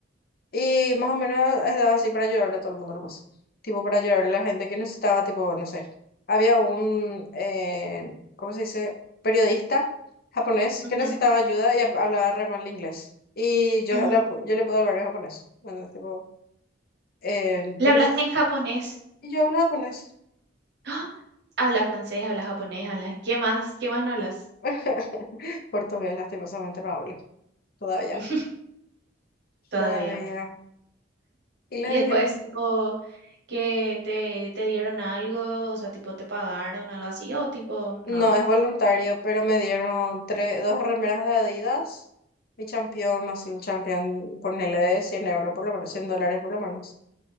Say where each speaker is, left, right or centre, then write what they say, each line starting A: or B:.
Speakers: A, on the left; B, on the right.
A: Y más o menos estaba así para ayudarle a todo el mundo nomás. Tipo para ayudarle a la gente que necesitaba, tipo, no sé. Había un, eh, ¿cómo se dice? Periodista japonés
B: ujú,
A: que necesitaba ayuda y hab- hablaba re mal inglés. Y yo,
B: ujú.
A: la pu- yo le pude hablar en japonés. Bueno, tipo, eh,
B: ¿Le
A: tipo
B: hablaste
A: yo,
B: en japonés?
A: y yo hablo japonés.
B: ¡Ah! Habla francés, habla japonés, habla. ¿Qué más? ¿Qué más no hablas?
A: <laughs> Portugués, lastimosamente, no hablo todavía.
B: <laughs> Todavía.
A: Todavía. Y
B: Y
A: le dije...
B: después, tipo, que te, te dieron algo, o sea, tipo te pagaron algo así, o tipo, no.
A: No, es voluntario, pero me dieron tres, dos remeras de Adidas, mi champión, más un champión, ponele de 100 euros por lo menos, 100 dólares por lo menos.